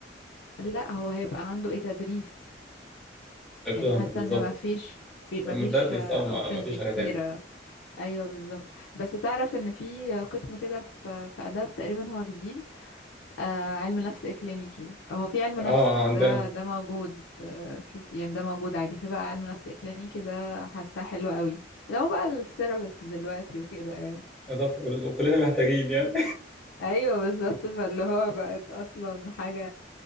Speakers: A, on the left; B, in the centre.
A: لا هو هيبقى عنده ايه تدريس يعني
B: فاهمك
A: حاسه
B: بالظبط
A: ان ما فيش في ما
B: مدرس
A: فيش اوبشنز
B: اه ما ما فيش
A: كتيره
B: حاجه تانية
A: ايوه بالظبط بس تعرف ان في قسم كده في في اداب تقريبا هو جديد آه علم نفس اكلينيكي هو في علم
B: اه
A: نفس
B: عندنا
A: ده ده موجود آه كت- يعني ده موجود عادي في بقى علم نفس اكلينيكي ده حاساه حلو قوي اللي هو بقى الثيرابيست دلوقتي وكده يعني
B: بالظبط كل- كلنا محتاجين يعني
A: ايوه بالظبط فاللي هو بقت اصلا حاجه